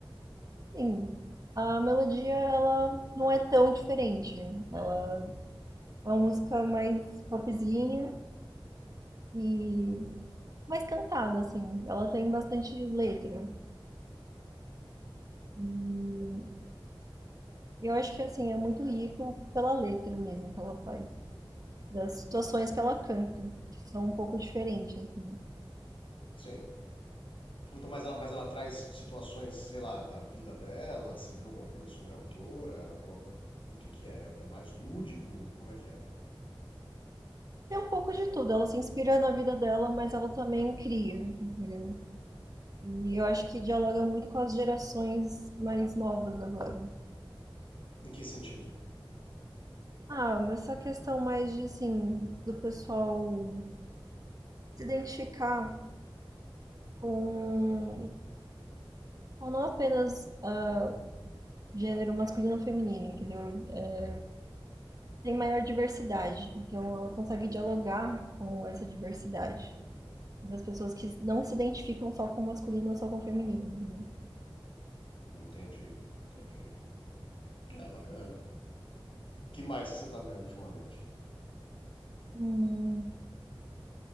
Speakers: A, on the right; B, on the left.
A: Sim, a melodia ela não é tão diferente. né? Ela É uma música mais popzinha e mais cantada, assim. Ela tem bastante letra. E eu acho que, assim, é muito rico pela letra mesmo que ela faz. Das situações que ela canta, que são um pouco diferentes, assim.
B: Sim. Então, mas ela, mas ela traz situações, sei lá, da vida dela? Você viu alguma coisa sobre a autora? Ela coloca o que que é? É mais lúdico? Como é que é?
A: Tem um pouco de tudo. Ela se inspira na vida dela, mas ela também cria, entendeu? E eu acho que dialoga muito com as gerações mais novas agora.
B: Em que sentido?
A: Ah, nessa questão mais de, assim, do pessoal se identificar com, com não apenas ah, gênero masculino ou feminino, entendeu? É, Tem maior diversidade, então ela consegue dialogar com essa diversidade das pessoas que não se identificam só com masculino ou só com feminino, entendeu?
B: Entendi, entendi. É, bacana. Que mais que você tá vendo ultimamente?
A: Hum,